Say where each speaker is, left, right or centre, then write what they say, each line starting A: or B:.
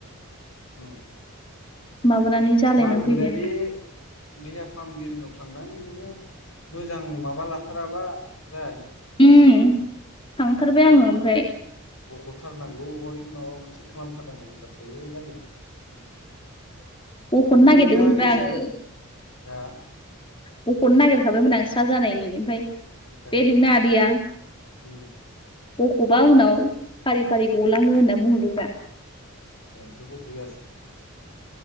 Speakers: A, on the left; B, on the left.
A: औ
B: माबानानै जालायनानै
A: मा होनोमोनलाय
B: फैबाय आं
A: बे देहा फाहामगिरिनाव थांनानै नोङो मोजां माबा लाथाराबा जायालै
B: उम थांथारबाय आङो ओमफ्राय
A: बख'थारनांगौ हय माबा मोनसे खालामथारनांगौ होमबासो जायो
B: बख'नो
A: बे नोंनिया
B: नागिरदोंमोनब्रा
A: आंनिसो
B: आङो
A: हा
B: बख'नो नागिरखाबायमोन आं स्रा जानायनि ओमफाय
A: ओमफ्राय
B: बे नोंनाआदैया
A: उम
B: बखौ'बा उनाव फारि फारि गलाङो होनना बुंहरोब्रा
A: ए ओमफ्राय बख' होआसै